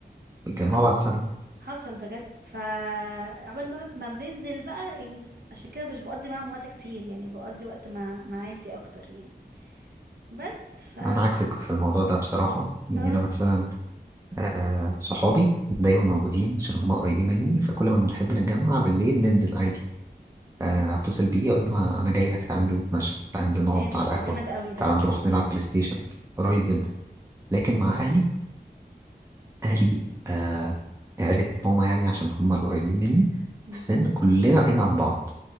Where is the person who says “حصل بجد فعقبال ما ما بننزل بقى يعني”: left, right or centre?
Right